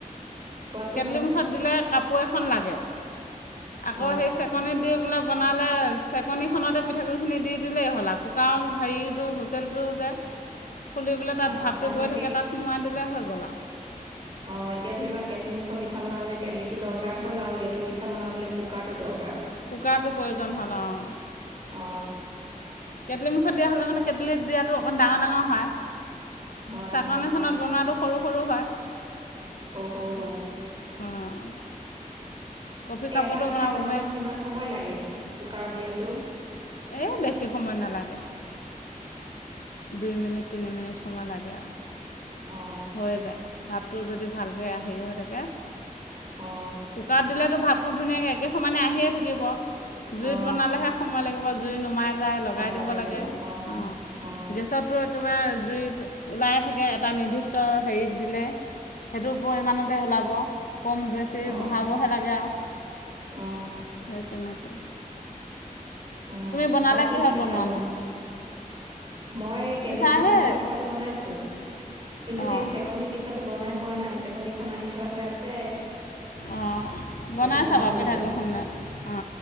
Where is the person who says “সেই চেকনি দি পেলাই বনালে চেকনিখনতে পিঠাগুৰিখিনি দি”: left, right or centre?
Left